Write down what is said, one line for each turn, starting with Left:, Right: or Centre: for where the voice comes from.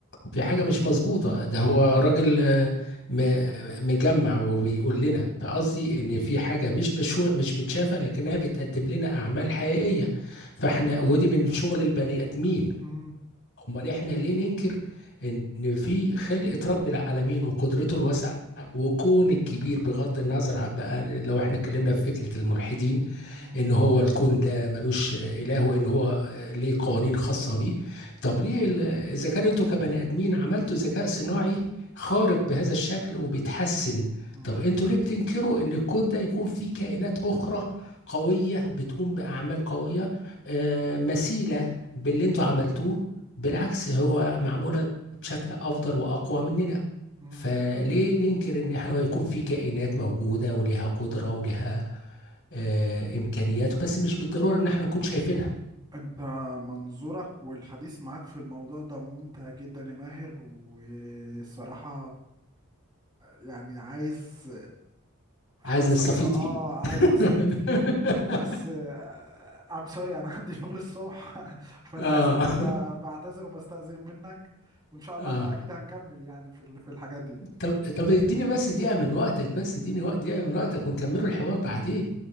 Left: في حاجه مش مظبوطه ده هو راجل آه، م- مجمع وبيقول لنا فقصدي ان في حاجه مش مش مش متشافه لكنها بتقدم لنا اعمال حقيقيه فاحنا ودي من شغل البني ادمين
Right: مم،
Left: امال احنا ليه ننكر ان في خلقة رب العالمين وقدرته الواسعة وكون الكبير بغض النظر عن بقى لو احنا اتكلمنا في فكرة الملحدين
Right: مم،
Left: ان هو الكون ده ملوش اله وان هو ليه قوانين خاصه بيه طب ليه ال- اذا كان انتوا كبني
Right: إيه.
Left: ادمين عملتوا ذكاء صناعي خارق بهذا الشكل وبيتحسن
Right: مم،
Left: طب انتوا ليه بتنكروا ان الكون ده يكون فيه كائنات اخرى قويه بتقوم باعمال قويه آه، مثيله باللي انتوا عملتوه بالعكس هو معموله بشكل افضل واقوى مننا
Right: مم.
Left: فليه ننكر ان احنا يكون في كائنات موجوده ولها قدره ولها آه، امكانياته بس مش بالضروره ان احنا نكون شايفينها
Right: انت منظورك والحديث معاك في الموضوع ده ممتع جدا يا ماهر والصراحه يعني عايز
Left: عايز
Right: احداث
Left: نستفيد
Right: طويله اه
Left: فيه <laughs>
Right: عايز نستفيد فيه بس ام سوري انا <laughs> عندي شغل الصبح <laughs> فانا
Left: اه
Right: اسف وبعتذر وبستأذن منك وان
Left: <laughs>
Right: شاء الله
Left: اه
Right: احنا اكيد هنكمل يعني في ال- في الحاجات دي
Left: طب طب
Right: اوكي
Left: اديني بس دقيقه من وقتك بس اديني وقت دقيقه من وقتك ونكملوا الحوار بعدين